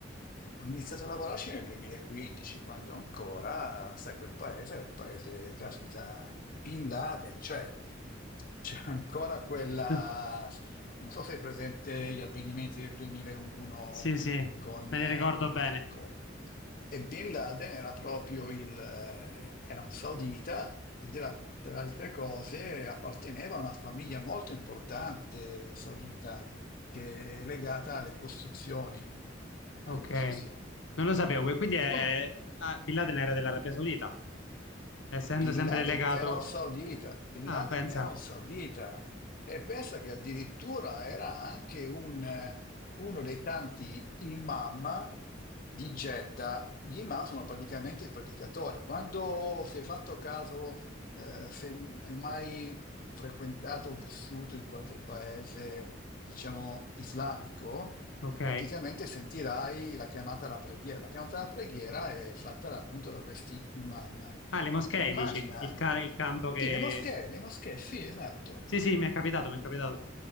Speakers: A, on the left; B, on the left.
A: Ho iniziato a lavorarci nel 2015, quando ancora, sai, quel paese era il paese, caspita, di Bin Laden, cioè c'è ancora quella,
B: <laughs>
A: non so se è presente gli avvenimenti del 2001
B: Sì, sì, me
A: con, eh,
B: ne ricordo bene.
A: ecco. E Bin Laden era proprio il, eh, era un saudita ed era, tra altre cose, apparteneva a una famiglia molto importante saudita che è legata alle costruzioni,
B: Ok,
A: alle costruzioni.
B: non lo sapevo, que- quindi è,
A: E quan-
B: è- ah, Bin Laden era dell'Arabia Saudita, essendo
A: Bin
B: sempre
A: Laden
B: legato...
A: era un saudita, Bin
B: Ah,
A: Laden
B: pensa,
A: era un saudita e pensa che addirittura era anche un, eh, uno dei tanti imam di Jeddah. Gli imam sono praticamente i predicatori. Quando si è fatto caso, eh, se hai mai frequentato o vissuto in qualche paese, diciamo, islamico,
B: ok.
A: praticamente sentirai la chiamata alla preghiera. La chiamata alla preghiera è fatta da- appunto da questi imam.
B: Ah, le moschee,
A: E Immagina,
B: dici, il, ca- il canto che...
A: sì, le moschee, le moschee, sì, esatto.
B: Sì,
A: mm.
B: sì, mi è capitato, mi è capitato.